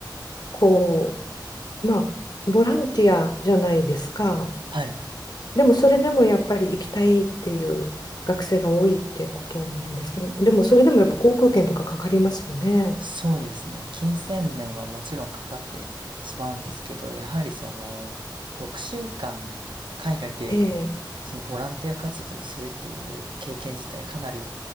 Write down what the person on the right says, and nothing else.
はい
そうですね。金銭面はもちろんかかってしまうんですけど、やはりその6週間海外で
そのボランティア活動をするっていう経験自体かなり、